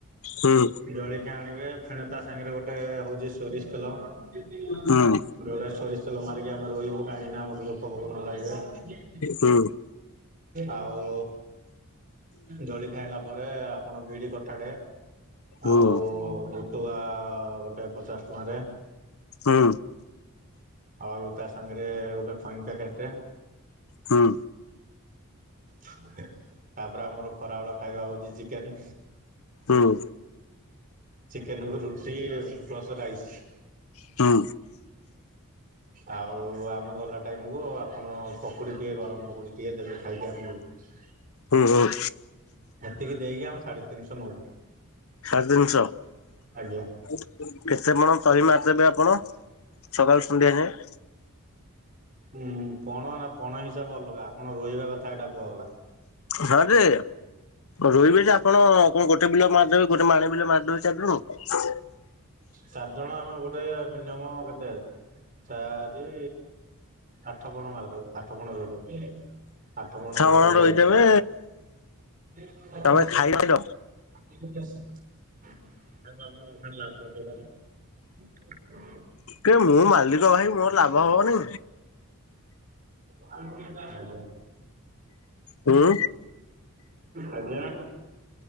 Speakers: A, on the left; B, on the right.
A: ହୁଁ।
B: ଜଳିଖିଆ ଆଣିବେ ଫେଣ ତା ସାଙ୍ଗରେ ଗୋଟେ ହଉଛି ସୋରିଷ ତେଲ। ଜଡା
A: ହୁଁ
B: ସୋରିଷ ତେଲ ମାରିକି ଆମେ ରୋହିବୁ କାହିଁକି ନା ଆମର ଜୋକ ଫୋକ ନ ଲାଗିବେ।
A: ହୁଁ।
B: ଆଉ ଜଳି ଖାଇଲା ପରେ ଆପଣ ବିଡି କ ଠା ଟେ
A: ହୁଁ
B: ଆଉ ଟୁଆ ଗୋଟେ ପଚାଶ ଟଙ୍କାରେ।
A: ହୁଁ
B: ଆଉ ତା ସାଙ୍ଗରେ ଗୋଟେ ଖଇନି ପ୍ୟାକେଟ୍ ଟେ।
A: ହୁଁ
B: ତାପରେ ଆମର ଖରାବେଳ ଖାଇବା ହଉଛି ଚିକେନ୍।
A: ହୁଁ।
B: ଚିକେନ୍ କୁ ରୁଟି ପ୍ଲସ୍ ରାଇସ୍।
A: ହୁଁ
B: ଆଉ ଆମେ ଗଲା ଟାଇମ୍ କୁ ଆ ଆପଣ ପକୁଡ଼ି ଟିକିଏ ଗରମ ପକୁଡ଼ି ଟିକିଏ ଦେବେ ଖାଇକି ଆମେ ଯିବୁ।
A: ହୁଁ ହୁଁ।
B: ଏତିକି ଦେଇକି ଆମେ ସାଢେ ତିନିଶହ ନବୁ।
A: ସାଢ଼େ ତିନିଶହ
B: ଆଜ୍ଞା
A: କେତେ ପଣ ତଳି ମାପିଲେ ଆପଣ? ସକାଳୁ ସନ୍ଧ୍ୟା ଯାଏଁ।
B: ଉୁଁ ପଣ ନା ପଣ ହିସାବ ଅଲଗା ଆପଣ ରୋହିବା କଥା ଏଇଟା କୁହାଗଲା।
A: ହଁ ଯେ ରୋଇବେ ଯେ ଆପଣ କଣ ଗୋଟେ ବିଲ ମାରିଦେବେ ଗୋଟେ ମାଣେ ବିଲ ମାରିଦବେ ଚାରିଜଣ?
B: ଚାରଜଣ ଆମେ ଗୋଟେ ମିନିଅମ୍ କେତେ ଚାରି ଆଠ ପଣ ମାରିଦବୁ ଆଠ ପଣ ରୋଇଦବୁ। ଆଠ ପଣର
A: ମଣ
B: ତଳିରୁଇ
A: ରୋଇଦେବେ
B: <inaudible>
A: ତମେ ଖାଇକି ର
B: <unintelligible>
A: କେ ମୁଁ ମାଲିକ ଭାଇ ମୋର ଲାଭ ହବନି।
B: ହ୍ୟାଲୋ
A: ହୁଁ
B: <unintelligible> ଆଜ୍ଞା।